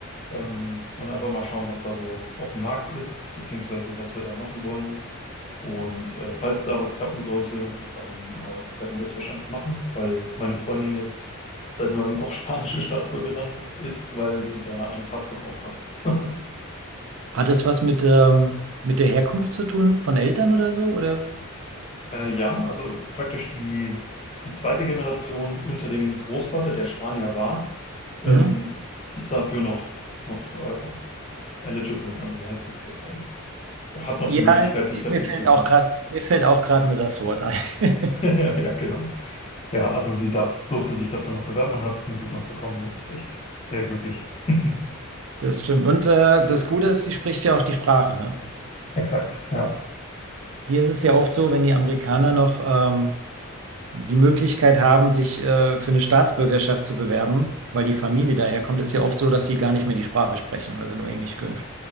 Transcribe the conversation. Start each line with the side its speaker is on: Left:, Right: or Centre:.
Left: ähm, und einfach mal schauen, was da so auf dem Markt ist, beziehungsweise was wir da machen wollen. Und äh, falls da was klappen sollte, dann äh, werden wir das wahrscheinlich machen, weil meine Freundin jetzt seit neuem auch <laughs> spanische Staatsbürgerin ist, weil sie da einen Pass bekommen hat. <laughs>
Right: Hat das was mit, ähm, mit der Herkunft zu tun von Eltern oder so? Oder?
Left: Äh, ja, also praktisch die, die zweite Generation unter dem Großvater, der Spanier war, ähm,
Right: Mhm.
Left: ist dafür noch, noch äh, eligible. Also wie heißt das? Äh, hat noch
Right: Ja,
Left: die Möglichkeit, sich dafür
Right: mir fällt
Left: zu bewerben.
Right: auch gerade, mir fällt auch gerade nur das Wort ein. <laughs>
Left: <laughs> Ja, genau. Ja, also sie darf, durfte sich dafür noch bewerben und hat es zum Glück noch bekommen. Das ist echt sehr glücklich. <laughs>
Right: Das stimmt. Und äh, das Gute ist, sie spricht ja auch die Sprache, ne?
Left: Exakt, ja.
Right: Hier ist es ja oft so, wenn die Amerikaner noch ähm, die Möglichkeit haben, sich äh, für eine Staatsbürgerschaft zu bewerben, weil die Familie daherkommt, ist ja oft so, dass sie gar nicht mehr die Sprache sprechen, also nur Englisch können.